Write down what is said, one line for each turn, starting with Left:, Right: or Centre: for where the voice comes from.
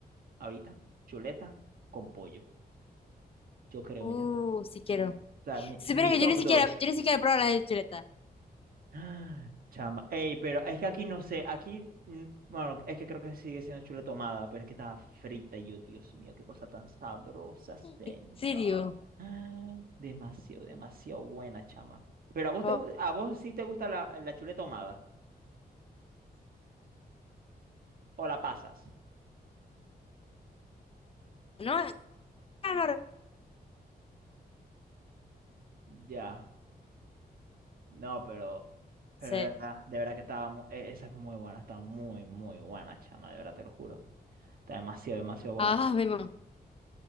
Right: ahorita, chuleta con pollo. Yo creo,
Left: Uh,
Right: ya. está. O
Left: si quiero.
Right: sea, mi,
Left: Si supiera
Right: mi
Left: que
Right: top
Left: yo ni siquiera,
Right: dos
Left: yo ni siquiera he probado la de chuleta.
Right: Ah, Chamba. Ey, pero es que aquí no sé, aquí, mm, bueno, es que creo que sigue siendo chule tomada, pero es que está frita y yo, Dios mío, qué cosa tan sabrosa, señor.
Left: ¿En serio?
Right: Ah, Demasiado, demasiado buena, chama. Pero a vos
Left: Oh,
Right: te, gu- a vos sí te gusta la, la chule tomada o la pasas.
Left: no, no, no.
Right: Ya. No, pero, pero
Left: Sí.
Right: de verdad, de verdad que estaba, mu- e- esa es muy buena, está muy, muy buena, chama, de verdad te lo juro. Está demasiado, demasiado buena.
Left: Ah, mi mamá.